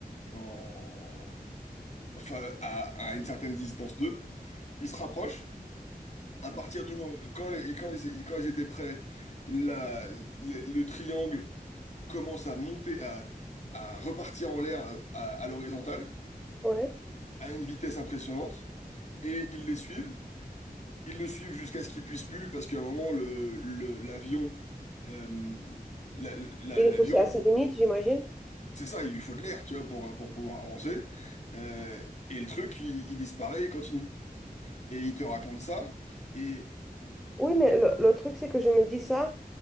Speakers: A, on the left (about 45°); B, in the centre.
A: en, enfin, à, à une certaine distance d'eux. Ils se rapprochent. À partir du moment, quand les- quand ils, quand ils étaient prêts, la- le le triangle commence à monter, à, à repartir en l'air à, à- à l'horizontale,
B: ouais.
A: à une vitesse impressionnante, et ils les suivent. Ils le suivent jusqu'à ce qu'ils puissent plus, parce qu'à un moment, le, le- l'avion, euh, la- la-
B: Il
A: l'avion,
B: est poussé à ses limites, j'imagine.
A: c'est ça, il lui faut de l'air, tu vois, pour, pour pouvoir avancer. Euh, et le truc, il, il disparaît, il continue. Et il te raconte ça, et
B: Oui, mais le, le truc, c'est que je me dis ça.